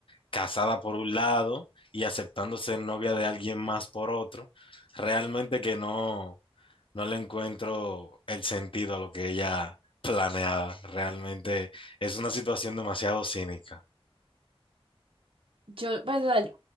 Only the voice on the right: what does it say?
Yo, pues, o sea, yo,